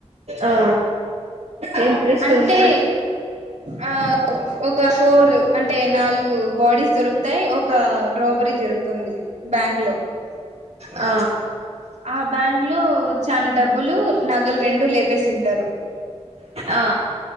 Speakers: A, on the right; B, on the right.
A: ఆ ఏం ట్విస్ట్
B: అంటే
A: ఉంది
B: ఆ ఒక ఫోర్ అంటే నాలుగు బాడీస్ దొరుకుతాయి ఒక రోబరీ జరుగుతుంది బ్యాంక్ లో
A: ఆ
B: ఆ బ్యాంక్ లో చానా డబ్బులు నగలు రెండు లేపేసింటారు
A: ఆ